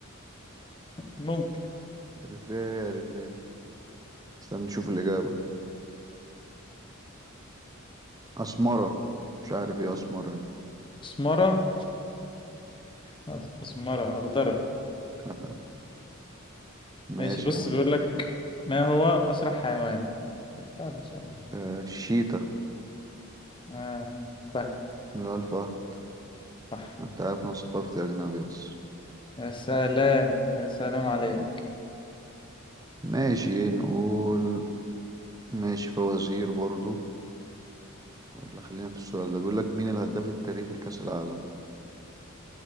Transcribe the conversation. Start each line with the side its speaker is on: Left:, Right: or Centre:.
Left: ممكن
Right: اريتريا هي اريتريا استنى نشوف الإجابة اسمرة مش عارف ايه اسمرة دي
Left: اسمرة <laughs> اسمرة اخضرة
Right: <laughs> ماشي
Left: ماشي بص
Right: يا عم
Left: بيقول لك ما هو اسرع حيوان سهل السؤال ده
Right: آه الشيتا
Left: اه طيب
Right: اللي هو الفهد
Left: صح
Right: انت عارف انا ثقافتي اجنبي بس
Left: يا سلام يا سلام عليك
Right: ماشي نقول ماشي فوازير برضو ولا خلينا في السؤال ده بيقول لك مين الهداف التاريخي لكأس العالم